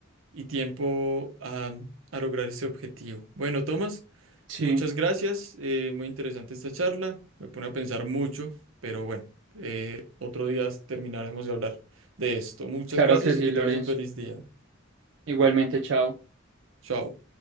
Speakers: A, on the right (about 80°); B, on the right (about 65°).
A: y tiempo a, a lograr ese objetivo. Bueno, Tomás,
B: Sí,
A: muchas gracias. eh, muy interesante esta charla. Me pone a pensar mucho, pero bueno, eh, otro día terminaremos de hablar de esto. Muchas
B: claro
A: gracias
B: que
A: y
B: sí,
A: que
B: Lorenzo.
A: tengas un feliz día.
B: Igualmente, chao.
A: Chao.